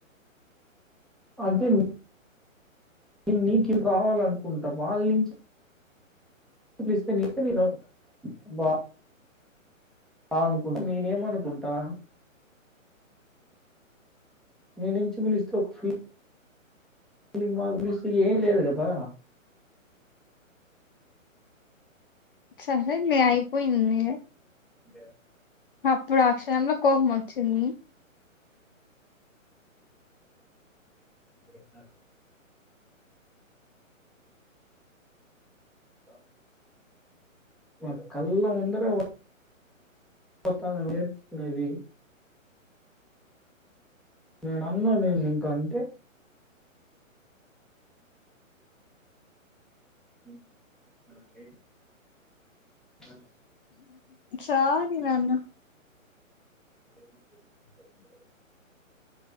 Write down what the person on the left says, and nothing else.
సరేలే అయిపోయింది
అప్పుడు ఆ క్షణంలో కోపం వచ్చింది
సారీ న్నాన